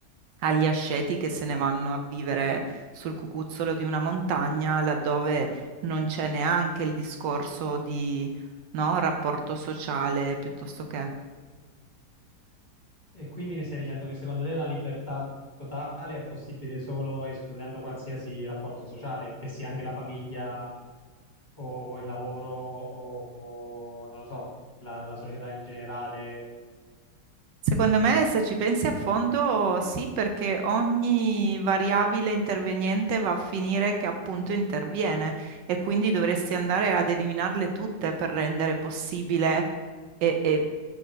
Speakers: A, on the right (about 75°); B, on the left (about 30°).
A: agli asceti che se ne vanno a vivere sul cucuzzolo di una montagna, laddove non c'è neanche il discorso di, no, rapporto sociale piuttosto che.
B: E quindi mi stai dicendo che secondo te la libertà totale è possibile solo escludendo qualsiasi rapporto sociale, che sia anche la famiglia o il lavoro o, o, non lo so, la, la società in generale.
A: Secondo me, se ci pensi a fondo, sì, perché ogni variabile interveniente va a finire che appunto interviene e quindi dovresti andare ad eliminarle tutte per rendere possibile e, e